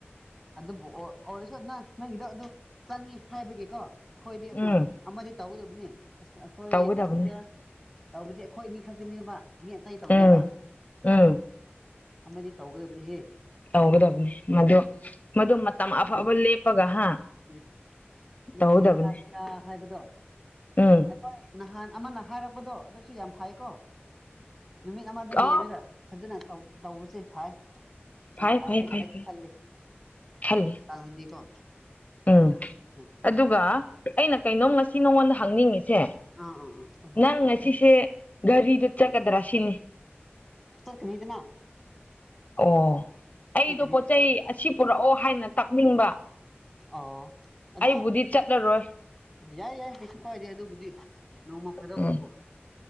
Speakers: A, in the centre; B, on the left (about 35°).
A: ꯑꯗꯨꯕꯨ ꯑꯣꯏꯔꯁꯨ ꯅ ꯅꯪꯒꯤꯗꯣ ꯑꯗꯨ ꯆꯪꯉ ꯍꯥꯏꯕꯒꯤꯀꯣ ꯑꯩꯈꯣꯏꯗꯤ
B: ꯎꯝ
A: ꯑꯃꯗꯤ ꯇꯧꯒꯗꯕꯅꯦ ꯑꯩꯈꯣꯏꯗ
B: ꯇꯧꯒꯗꯕꯅꯤ
A: ꯁꯤꯗ ꯇꯁꯦ ꯑꯩꯈꯣꯏ ꯑꯅꯤ ꯈꯛꯇꯅꯦꯕ ꯃꯤ ꯑꯇꯩ ꯇꯧꯗꯦꯕ
B: ꯎꯝ ꯎꯝ
A: ꯑꯃꯗꯤ ꯇꯧꯒꯗꯕꯅꯤꯍꯦ
B: ꯇꯧꯒꯗꯕꯅꯤ ꯃꯗꯨ ꯃꯗꯨ ꯃꯇꯝ ꯑꯐꯕ ꯂꯦꯞꯄꯒ ꯍꯥ
A: ꯎꯝ ꯑꯗꯨ
B: ꯇꯧꯒꯗꯕꯅꯤ
A: ꯀꯔꯤ ꯆꯥꯁꯤꯔꯥ ꯍꯥꯏꯕꯗꯣ
B: ꯎꯝ
A: ꯍꯣꯏ ꯅꯍꯥꯟ ꯑꯃꯅ ꯍꯥꯏꯔꯛꯄꯗꯣ ꯑꯗꯨꯁꯨ ꯌꯥꯝ ꯐꯩꯀꯣ ꯅꯨꯃꯤꯠ ꯑꯃꯗ
B: ꯑ
A: ꯌꯦꯡꯉꯒ ꯐꯖꯅ ꯇꯧꯕꯁꯦ ꯐꯥꯏ ꯌꯥꯝ
B: ꯐꯩ
A: ꯐꯥꯏꯅ
B: ꯐꯩ ꯐꯩ ꯐꯩ
A: ꯈꯜꯂꯤ
B: ꯈꯜꯂꯤ
A: ꯑꯗꯨꯗꯒꯤ ꯇꯥꯡꯗꯤ ꯀꯣ
B: ꯎꯝ
A: ꯎꯝ
B: ꯑꯗꯨꯒ ꯑꯩꯅ ꯀꯩꯅꯣꯝ ꯉꯁꯤ ꯅꯉꯣꯟꯗ ꯍꯪꯅꯤꯡꯉꯤꯁꯦ
A: ꯑꯥ ꯑꯥ ꯑꯥ
B: ꯅꯪ ꯉꯁꯤꯁꯦ ꯒꯥꯔꯤꯗꯨ ꯆꯠꯀꯗ꯭ꯔꯥ ꯁꯤꯅꯤ
A: ꯇ ꯃꯤꯅꯤꯗꯅ
B: ꯑꯣ ꯑꯩꯗꯣ
A: ꯆꯠꯀꯅꯤ
B: ꯄꯣꯠꯆ ꯆꯩ ꯑꯁꯤ ꯄꯨꯔꯛꯑꯣ ꯍꯥꯏꯅ ꯇꯥꯛꯅꯤꯡꯕ
A: ꯑꯣ ꯑꯗꯣ
B: ꯑꯩꯕꯨꯗꯤ ꯆꯠꯂꯔꯣꯏ
A: ꯌꯥꯏ ꯌꯥꯏ ꯀꯩꯁꯨ ꯀꯥꯏꯗꯦ ꯑꯗꯨꯕꯨꯗꯤ ꯅꯣꯡꯃ ꯐꯥꯗꯣꯛꯇꯕꯣ
B: ꯎꯝ